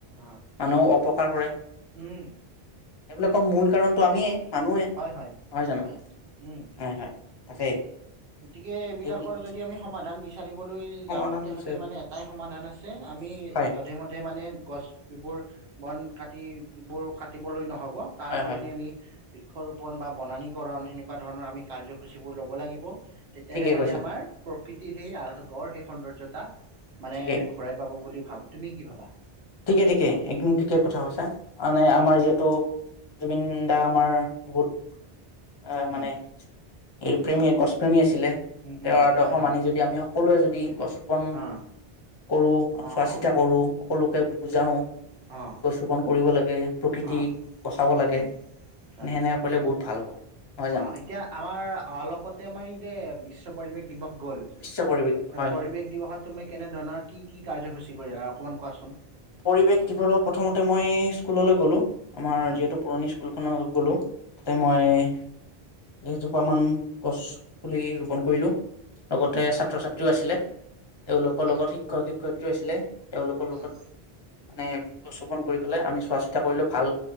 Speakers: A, on the right (about 80°); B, on the left (about 30°).
A: অ
B: মানুহ অপকাৰ কৰে।
A: উম',।
B: এইবিলাকৰ মূল কাৰণটো আমিয়ে, মানুহে নহয়
A: হয় হয়
B: জানো?
A: হয়
B: হয়',
A: উম।
B: হয়',। তাকে।
A: গতিকে এইবিলাকৰ
B: এইবিলাক
A: যদি আমি সমাধান বিচ চাৰিবলৈ
B: সমাধান
A: যাওঁ তেতিয়াহ'লে
B: বিচাৰিব
A: মানে এটাই সমাধান আছে, আমি
B: হয়
A: যধে-মধে মানে গছ এইবোৰ বন কাটি বোৰ কাটিবলৈ নহব, তাৰ
B: হয়
A: সলনি
B: হয় হয়
A: আমি বৃক্ষৰোপণ বা বনানীকৰণ সেনেকুৱা ধৰণৰ আমি কাৰ্যসূচীবোৰ ল'ব লাগিব। তেতিয়াহে
B: ঠিকেই
A: মানে
B: কৈছা
A: আমাৰ প্ৰকৃতিৰ সেই গৰ সেই সৌন্দৰ্যতা মানে
B: ঠিকেই
A: ঘূৰাই পাব বুলি ভাবোঁ, তুমি কি ভাবা?
B: ঠিকে ঠিকে একদম ঠিকে কথা কৈছা, মানে আমাৰ যিহেতু জুবিন দা আমাৰ বহুত অ',
A: উম
B: মানে এই প্ৰেমী গছ প্ৰেমী আছিলে।
A: উম
B: তেওঁৰ
A: উম
B: আদৰ্শ
A: হয় হয়
B: মানি যদি আমি সকলোৱে যদি গছ ৰুপন
A: অ
B: কৰো
A: অ
B: চোৱা
A: অ
B: চিতা কৰো সকলোকে বুজাওঁ
A: অ',।
B: গছ ৰোপন কৰিব লাগে, প্ৰকৃতি
A: অ
B: বচাব লাগে
A: উম
B: সেনেকে
A: হয়
B: কৰিলে বহুত ভাল হ'ব। নহয় জানো
A: অ', এতিয়া আমাৰ অলপতে আমাৰ এই যে বিশ্ব পৰিৱেশ দিৱস গ'ল।
B: নিশ্চয় পৰিৱেশ হয়
A: পৰিবেশ
B: হয়
A: দিৱসত তুমি কেনে ধৰণৰ কি কি কাৰ্যসূচী কৰিলা অকমান কোৱাচোন?
B: পৰিৱেশ কিফলত প্ৰথমতে মই স্কুললৈ গ'লো, আমাৰ
A: উম
B: যিহেতু পুৰণি স্কুলখনত গ'লো, তাতে মই কেইজোপা মান গছ পুলি ৰোপন কৰিলো। লগতে ছাত্ৰ ছাত্ৰীও আছিলে, তেওঁলোকৰ
A: হয়
B: লগত শিক্ষক-শিক্ষয়িত্ৰীও আছিলে, তেওঁলোকৰ লগত
A: উম
B: মানে গছ ৰুপন কৰি পেলাই আমি চোৱা চিতা কৰিলো ভাল